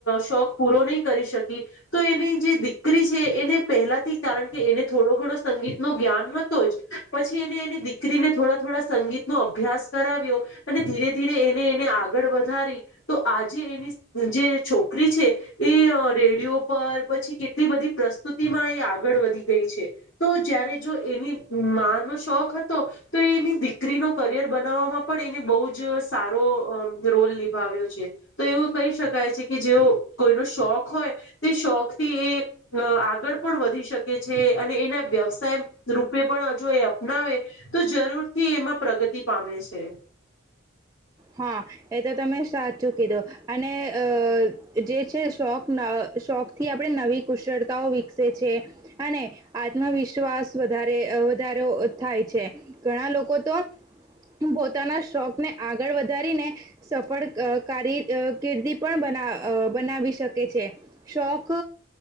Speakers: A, on the left (about 70°); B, on the right (about 15°).
A: શોખ પૂરો નહીં, કરી શ શકી, તો એની જે દીકરી છે, એને પહેલાથી કારણ કે એને થોડો ઘણો સંગીતનો જ્ઞાન જ પછી એ એની દીકરીને થોડા, થોડા સંગીતનોો અભ્યાસ કરાવ્યો અને ધીરે, ધીરે એ એને આગળ વધારી, તો આજે એની જે છોકરી છે. એ રેડયો પર પછી કેટલી બધી પ્રસ્તુતિમાં, એ આગળ વધી ગઈ છે, તો જય્યારે જો એનીમા નો શોખ હતો, તો એ એની દીકરીનો કરિયર બનાવવામાં પણ એને બહજ. સારો રોલ નિભાવ્યો છે, તો એવું કહી શકાય છે, કે જે કોઈનો શોખ હોય. તે શોખ થી એ આગળ પણ, વધી શકે છે અને એના વ્યવસાય રૂપે પણ હ જો એ અપનાવે તો, જરૂર થી એમાં પ્રગતિ પામે છે.
B: હા એ તો તમે સાચું કીધું, અને અ જે છે શોખના શોખ થી આપણે નવી કુશળતાઓ વિકસે છે, અને આત્મવિશ્વાસ વધારે વધારે થાય છે, ઘણા લોકો તો પોતાના શોખને આગળ વધારીને સફળ કારી કિર્દી પણ, બના બનાવી શકે છે શોખ